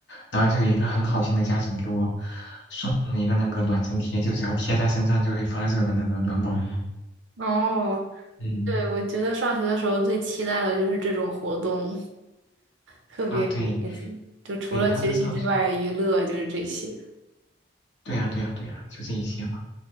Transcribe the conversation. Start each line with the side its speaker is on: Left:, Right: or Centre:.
Left: 然后就有一个很好心的家长给我送了一个那个暖身贴，就只要贴在身上就会发热的那个暖宝宝。
Right: 哦，
Left: 嗯，
Right: 对，我觉得上学的时候最期待的就是这种活动，特别有意思。
Left: 啊对
Right: 就除了学习之外，
Left: 对，当时上学。
Right: 娱乐就是这些。
Left: 对呀，对呀，对呀，就这一些嘛，